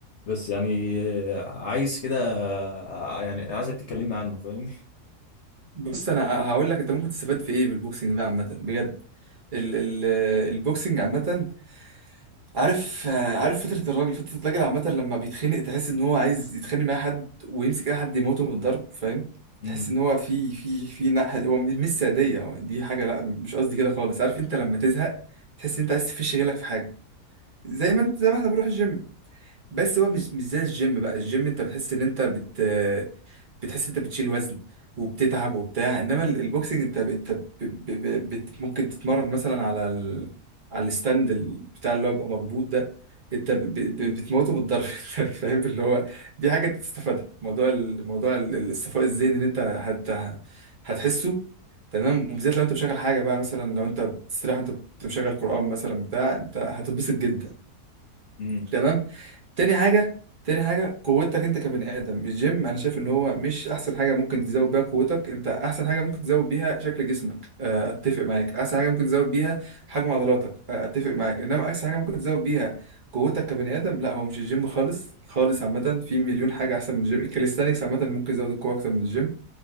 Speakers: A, on the left; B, on the right.
A: بس يعني آه، عايز كده آه، يعني عايزك تكلمني عنه فاهمني؟
B: بص انا هقول لك انت ممكن تستفاد في ايه بالبوكسنج ده عامه بجد ال ال البوكسنج عامه عارف عارف فتره الراجل فتره الراجل عامه لما بيتخنق تحس ان هو عايز يتخانق مع أي حد ويمسك اي حد يموته من الضرب فاهم
A: امم
B: تحس ان هو في في في ناحيه هو مش ساديه هو دي حاجه لا مش قصدي كده خالص عارف انت لما تزهق تحس ان انت عايز تفش غيرك في حاجه زي ما انت زي ما احنا بنروح الجيم بس هو مش مش زي الجيم بقى الجيم انت بتحس ان انت بت بتحس انت بتشيل وزن وبتتعب وبتاع انما ال- البوكسنج انت انت ب... ب... ب... بت... ممكن تتمرن مثلا على ال... على الستاند ال- بتاع اللي هو بيبقى مربوط ده انت ب... ب... ب- بتموته بالضرب <laughs> انت فاهم اللي هو دي حاجه تستفادها موضوع ال... موضوع ال... ال- الصفاء الذهني اللي انت هت... هتحسه تمام وبالذات لو انت مشغل حاجه بقى مثلا لو انت بتستريح وانت بت- مشغل قران مثلا بتاع انت هتتبسط جدا
A: امم
B: تمام تاني حاجة تاني حاجة قوتك انت كبني ادم الجيم انا شايف ان هو مش احسن حاجة ممكن تزود بيها قوتك انت احسن حاجة ممكن تزود بيها شكل جسمك آه، اتفق معاك احسن حاجة ممكن تزود بيها حجم عضلاتك آه، اتفق معاك انما احسن حاجة ممكن تزود بيها قوتك كبني ادم لا هو مش الجيم خالص خالص عامة في مليون حاجة احسن من الجيم الكاليستانكس عامة ممكن يزود القوة اكتر من الجيم